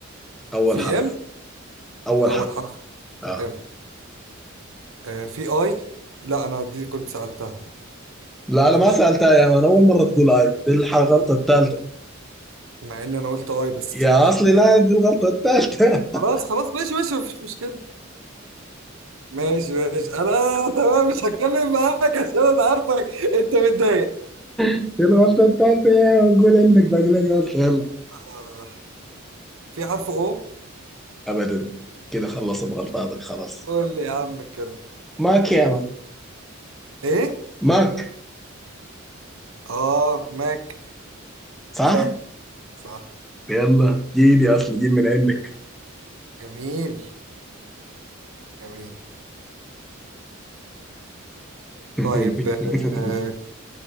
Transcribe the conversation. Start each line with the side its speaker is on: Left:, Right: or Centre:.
Centre: أول
Right: في
Centre: حرف
Right: ام
Centre: أول
Right: اول
Centre: حرف
Right: حرف
Centre: آه.
Right: ام آه في اي لا انا دي كنت سألتها
Centre: لا أنا
Right: فيش
Centre: ما سألتها يا مان أول مرة تقول آي دي الح- الغلطة الثالثة
Right: مع ان انا قلت اي بس
Centre: يا
Right: ماشي
Centre: أصلي لا دي الغلطة الثالثة <laughs>
Right: خلاص خلاص ماشي ماشي مفيش مشكلة ماشي ماشي انا <laughs> تمام مش هتكلم معاك عشان انا عارفك انت متضايق
Centre: دي الغلطة الثالثة يا مان قول عندك باقي لك غلطة يلا
Right: آه. في حرف او
Centre: أبدا كده خلصت غلطاتك خلاص
Right: قول لي يا عم الكلمة
Centre: ماك يا مان
Right: ايه
Centre: ماك
Right: اه ماك
Centre: صح؟
Right: صح صح
Centre: يلا جيب يا اصل جيب من عندك
Right: جميل جميل
Centre: <laughs>
Right: طيب آه.